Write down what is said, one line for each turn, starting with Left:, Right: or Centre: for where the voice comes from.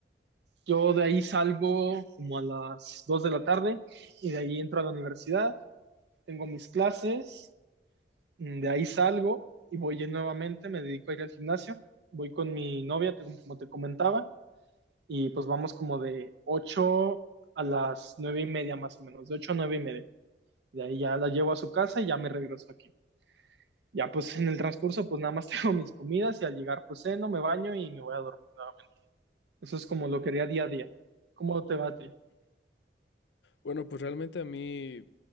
Right: Yo
Left: Eh,
Right: de ahí salgo como a las 2 de la tarde y de ahí entro a la universidad, tengo mis clases, Mm, De ahí salgo y voy en- nuevamente, me dedico a ir al gimnasio, voy con mi novia, te- como te comentaba, y pues vamos como de 8 a las 9 y media más o menos, de 8 a 9 y media. De ahí ya la llevo a su casa y ya me regreso aquí. Ya pues en el transcurso pues nada más <laughs> tengo mis comidas y al llegar pues ceno, me baño y me voy a dormir nuevamente. Eso es como lo que haría día a día. ¿Cómo te va a ti?
Left: Bueno, pues realmente a mí